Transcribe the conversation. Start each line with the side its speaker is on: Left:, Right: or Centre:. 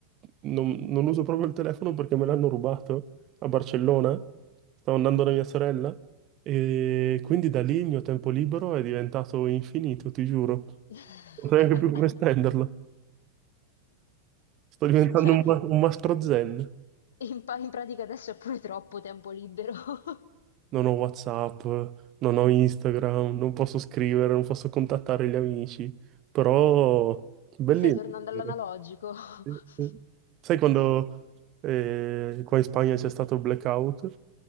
Right: non, non uso proprio il telefono perché me l'hanno rubato a Barcellona, stavo andando da mia sorella e quindi da lì il mio tempo libero è diventato infinito, ti giuro,
Left: <laughs>
Right: non so neanche più come spenderlo. Sto diventando
Left: Cioè,
Right: un, ma- un mastro zen.
Left: in, pa- in pratica adesso è pure troppo tempo libero. <laughs>
Right: Non ho WhatsApp, non ho Instagram, non posso scrivere, non posso contattare gli amici, però bellino.
Left: Stai tornando
Right: dire.
Left: all'analogico. <laughs>
Right: Sì, sì. Sai quando eh, qua in Spagna c'è stato il blackout?